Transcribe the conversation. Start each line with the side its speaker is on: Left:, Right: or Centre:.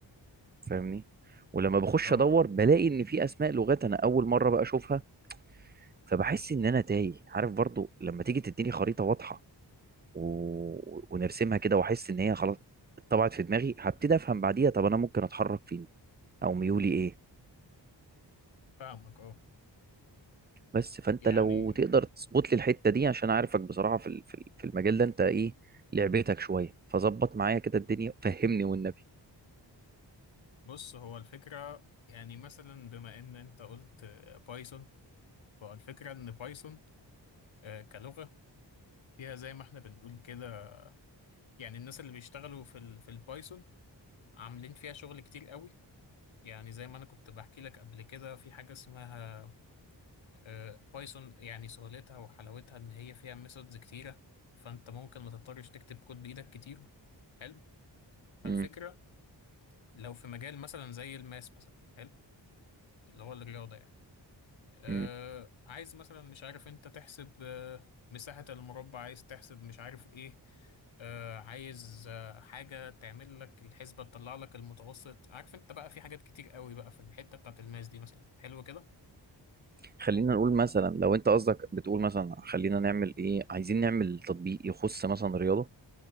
Right: فاهمني ولما بخش
Left: اه
Right: ادور بلاقي ان في اسماء لغات انا اول مره بقى اشوفها فبحس ان انا تايه عارف برضو لما تيجي تديني خريطه واضحه و... ونرسمها كده واحس ان هي خلاص اتطبعت في دماغي هبتدي افهم بعديها طب انا ممكن اتحرك فين او ميولي ايه
Left: فاهمك اه
Right: بس فانت
Left: يعني
Right: لو تقدر
Left: آه،
Right: تظبط لي الحته دي عشان عارفك بصراحه في ال- في ال- في المجال ده انت ايه لعبتك شويه فظبط معايا كده الدنيا فهمني والنبي
Left: بص هو الفكرة يعني مثلا بما ان انت قلت آه، بايثون فالفكرة ان بايثون آه، كلغة فيها زي ما احنا بنقول كده يعني الناس اللي بيشتغلوا في ال في البايثون عاملين فيها شغل كتير قوي يعني زي ما انا كنت بحكي لك قبل كده في حاجة اسمها آه، بايثون يعني سهولتها وحلاوتها ان هي فيها ميثودز كتيرة فانت ممكن ما تضطرش تكتب كود بايدك كتير حلو فالفكرة
Right: امم
Left: لو في مجال مثلا زي الماس مثلا حلو اللي هو الرياضة يعني آه
Right: امم.
Left: عايز مثلا مش عارف انت تحسب آه مساحة المربع عايز تحسب مش عارف ايه آه عايز آه حاجة تعمل لك الحسبة تطلع لك المتوسط عارف انت بقى في حاجات كتير قوي بقى في الحتة بتاعت الماس دي مثلا حلو كده
Right: خلينا نقول مثلا لو انت قصدك بتقول مثلا خلينا نعمل ايه عايزين نعمل تطبيق يخص مثلا رياضة